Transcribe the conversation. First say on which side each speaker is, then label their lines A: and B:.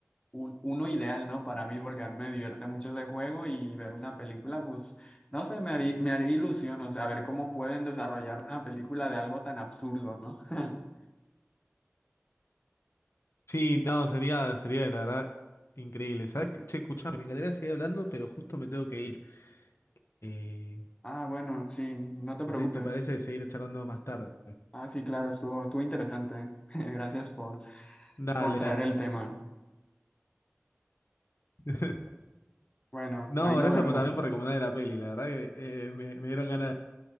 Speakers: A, on the left (about 20°); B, on the left (about 65°).
A: un, uno ideal, ¿no? Para mí, porque a mí me divierte mucho ese juego y ver una película, pues, no sé, me haría, me haría ilusión, o sea, ver cómo pueden desarrollar una película de algo tan absurdo, ¿no? <laughs>
B: Sí, no, sería, sería la verdad increíble. ¿Sabes qué? Che, escuchame, me encantaría seguir hablando, pero justo me tengo que ir. Eh,
A: Ah, bueno, sí, no te
B: no
A: preocupes.
B: sé si te parece seguir charlando más tarde.
A: Ah, sí, claro, estuvo, estuvo interesante. <laughs> Gracias por...
B: Dale,
A: por traer el tema.
B: dale. <laughs>
A: Bueno,
B: No,
A: ahí nos
B: gracias
A: vemos.
B: por, también por recomendarme la peli. La verdad que eh, me, me dieron ganas.